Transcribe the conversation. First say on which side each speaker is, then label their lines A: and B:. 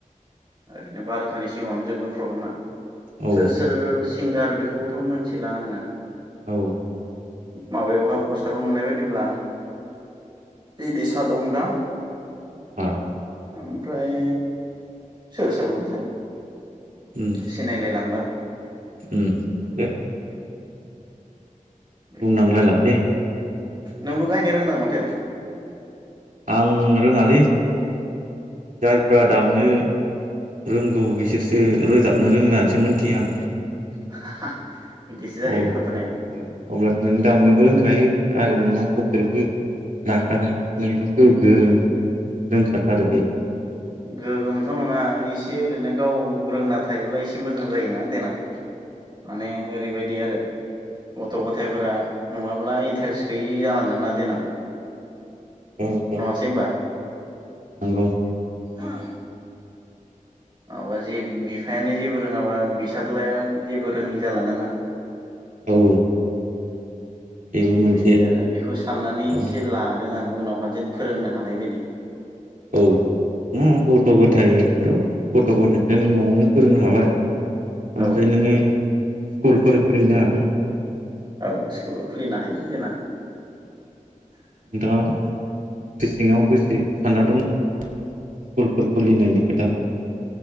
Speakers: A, on the right (about 35°); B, on the right (about 75°).
A: ओरैनो बार'थानि सिगांआवनो फ्रग्रामा
B: औ
A: सोर सोर सिं सिंगार बेखौथ' मिथिला आङो
B: औ।
A: माबायावहाय पस्टाराव नुनाय बायदिब्ला इलिसा दंदां।
B: <unintelligible>
A: ओमफ्राय। सोर सोरमोनथाय
B: उम
A: सिनायलायलांला।
B: उम <unintelligible>
A: बेबायदि
B: बुंनांलायला
A: आरो
B: दे।
A: नोंबो गायनो रोंदां माथो।
B: आं रोङालि जायफ्रा दामनो रोंगौ बिसोरसो रोजाबनो रोङो होननानैसो मोनथियो आं।
A: <unintelligible> जाहैबाय
B: अब्ला
A: घटनाया
B: अब्ला नों दामनोबो रोंखो। <unintelligible> आरो नोंहा पकेटबो लाखानाय नोंथ' गोग्गोम रोंखाथारो बे
A: गोगोमथ' नङा एसे ओरैनो गाव रोंना थायोब्ला एसे मोजां जायोना देनां। माने ओरैबायदि आरो। गथ' गथायफोरा नङाब्ला इन्टारेस्ट गैयि जालांगोन ना देनां।
B: औ औ
A: नङासै होमबा।
B: नंगौ
A: <unintelligible> माबा जे बिफायानो जेबो रोङाबा फिसालाया जेबो रोङि जालाङोना।
B: औ। बेबो
A: बेबायदि
B: मोनसे
A: आरो बेखौ साननानै
B: औ
A: एसे लादों आं। उनावहा जेन फोरोंनो हानाय बायदि
B: औ ओम गथ'
A: बिब्दि
B: गथायाइखौथ'
A: आरो
B: गथ' गथायाइखौनो नों न'आवनो फोरोंनो हाबाय
A: औ
B: ओमफ्राय नोङो स्कुलफोर खुलिनो हागोन।
A: औ स्कुलाव खुलिनो हायो देनां।
B: नोंथाङा गोसो सिङाव गोसो सानना दङ स्कुलफोर खुलिनायनि खोथा।